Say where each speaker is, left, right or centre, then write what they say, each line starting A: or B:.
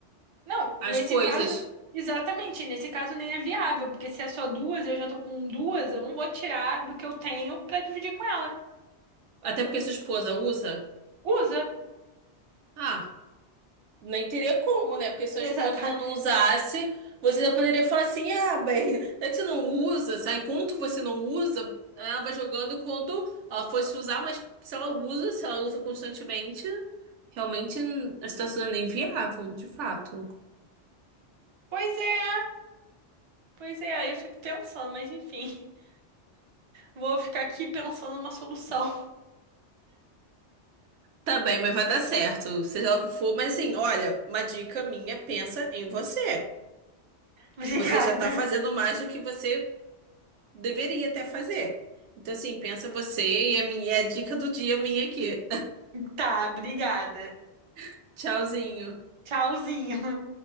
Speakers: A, on the right; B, on the right.
A: Não,
B: as
A: nesse
B: coisas.
A: caso, exatamente, nesse caso nem é viável, porque se é só duas, eu já tô com duas, eu não vou tirar do que eu tenho pra dividir com ela.
B: Até porque sua esposa usa.
A: Usa.
B: Ah, nem teria como, né? Porque se
A: Exatamente.
B: a esposa ainda não usasse, você ainda poderia falar assim: ah, bem, não é que você não usa, sabe? Enquanto você não usa, ela vai jogando e quando ela fosse usar, mas se ela usa, se ela usa constantemente, realmente a situação é inviável, de fato.
A: Pois é, pois é, aí eu fico pensando, mas enfim, <laughs> vou ficar aqui pensando numa solução.
B: Tá bem, mas vai dar certo, seja lá o que for. Mas assim, olha, uma dica minha, pensa em você.
A: <laughs> Obrigada.
B: Você já tá fazendo mais do que você Deveria até fazer. Então, assim, pensa você e a minha, é a dica do dia minha aqui.
A: Tá, obrigada.
B: <laughs> Tchauzinho.
A: Tchauzinho.